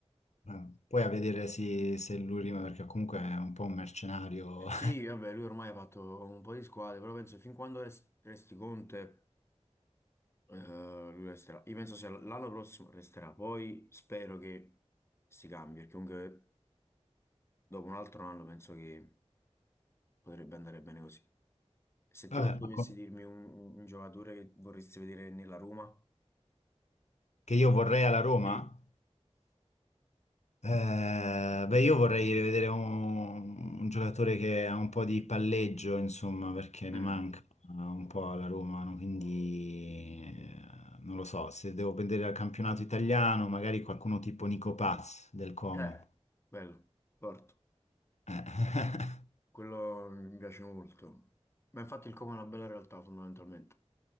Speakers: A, on the left; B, on the left.
A: Eh, poi a vedere se, se lui rima, perché comunque è un po' un mercenario. <laughs>
B: Sì, vabbè, lui ormai ha fatto un po' di squadre, però penso fin quando res- resti Conte, eh, lui resterà. Io penso sia l'anno prossimo resterà, poi spero che si cambi, perché comunque dopo un altro anno penso che potrebbe andare bene così. Se
A: Vabbè,
B: tipo tu dovessi
A: ma co-
B: dirmi un, un- un giocatore che vorresti vedere nella Roma,
A: che io vorrei alla Roma?
B: sì.
A: Eh, beh, io vorrei rivedere un, un giocatore che ha un po' di palleggio, insomma, perché ne
B: Mm.
A: manca un po' alla Roma, no? Quindi eh, non lo so, se devo vedere al campionato italiano, magari qualcuno tipo Nico Paz del Como.
B: Eh, bello, forte.
A: <laughs>
B: Quello mi piace molto. Ma infatti il Como è una bella realtà fondamentalmente.